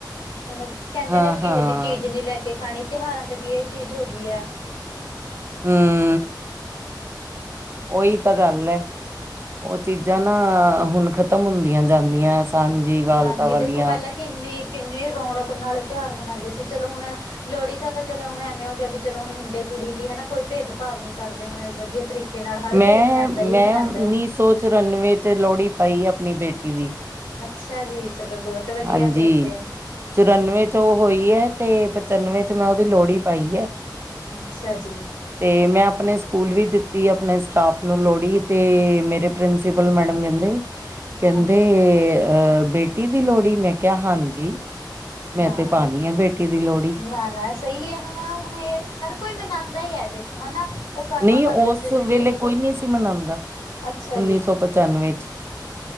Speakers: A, on the left; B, on the right.
A: ਹੁਣ ਕਹਿੰਦੇ
B: ਹਾਂ
A: ਨੇ ਵੀ ਕਿਸੇ
B: ਹਾਂ
A: ਦੀ ਚੀਜ਼ ਨੀ ਲੈ ਕੇ ਖਾਣੀ। ਤਿਉਹਾਰਾਂ ਤੇ ਵੀ ਇਹ ਚੀਜ਼ ਹੋ ਗਈ ਹੈ।
B: ਹਮ ਉਹੀ ਤਾਂ ਗੱਲ ਹੈ। ਉਹ ਚੀਜ਼ਾਂ ਨਾ ਹੁਣ ਖਤਮ ਹੁੰਦੀਆਂ ਜਾਂਦੀਆਂ। ਹਾਂਜੀ। ਵਾਰਤਾ
A: ਹਾਂਜੀ
B: ਵਾਲੀਆਂ
A: ਦੇਖੋ ਪਹਿਲਾਂ ਕਿੰਨੀ- ਕਿੰਨੇ ਰੌਣਕ ਨਾਲ ਤਿਉਹਾਰ ਮਨਾਉਂਦੇ ਸੀ ਚਲੋ ਹੁਣ ਲੋਹੜੀ ਦਾ ਤਾਂ ਚਲੋ ਹੁਣ ਐਵੇਂ ਹੋ ਗਿਆ ਵੀ ਚਲੋ ਹੁਣ ਮੁੰਡੇ ਕੁੜੀ ਦੀ ਹੈਨਾ ਕੋਈ ਭੇਦ ਭਾਵ ਨੀ ਕਰਦੇ ਹੁਣ ਵਧੀਆ ਤਰੀਕੇ ਨਾਲ ਹਰ
B: ਮੈਂ
A: ਕੋਈ ਮਨਾਉਂਦਾ
B: -ਮੈਂ
A: ਹੀ ਮਨਾਉਂਦਾ।
B: ਉੱਨੀ ਸੌ ਚੁਰਾਨਵੇਂ ਚ' ਲੋਹੜੀ ਪਾਈ ਆਪਣੀ ਬੇਟੀ ਦੀ।
A: ਅੱਛਾ ਜੀ। ਚਲੋ ਬਹੁਤ ਵਧੀਆ
B: ਹਾਂਜੀ।
A: ਫਿਰ ਤੇ
B: ਚੁਰਾਨਵੇਂ ਚ ਉਹ ਹੋਈ ਹੈ। ਤੇ' ਪਚਾਨਵੇਂ ਚ' ਮੈਂ ਉਹਦੀ ਲੋਹੜੀ ਪਾਈ ਹੈ।
A: ਅੱਛਾ ਜੀ।
B: ਤੇ' ਮੈਂ ਆਪਣੇ ਸਕੂਲ ਵੀ ਦਿੱਤੀ। ਆਪਣੇ ਸਟਾਫ ਨੂੰ ਲੋੜੀ ਤੇ' ਮੇਰੇ ਪ੍ਰਿੰਸੀਪਲ ਮੈਡਮ ਕਹਿੰਦੇ ਕਹਿੰਦੇ'
A: ਹਾਂਜੀ
B: ਅਹ ਬੇਟੀ ਦੀ ਲੋਹੜੀ। ਮੈਂ ਕਿਹਾ, ਹਾਂਜੀ। ਮੈਂ
A: ਹਾਂ
B: ਤੇ ਪਾਣੀ ਆ ਬੇਟੀ ਦੀ ਲੋਹੜੀ।
A: <unintelligible> ਸਹੀ ਹੈ ਹੁਣ-ਹੁਣ ਇਹ ਹਰ ਕੋਈ ਮਨਾਉਂਦਾ ਹੀ ਹੈ। ਦੇਖੋ ਹਨਾ। ਉਹ ਪਹਿਲਾਂ
B: ਨੀ
A: ਕਰਦੇ
B: ਉਸ
A: ਸੀ ਵੀ ਨਹੀਂ
B: ਵੇਲੇ
A: ਪੁ
B: ਕੋਈ ਨੀ ਸੀ ਮਨਾਉਂਦਾ।
A: ਅੱਛਾ
B: ਉੱਨੀ
A: ਜੀ
B: ਸੌ ਪਚਾਨਵੇਂ ਚ'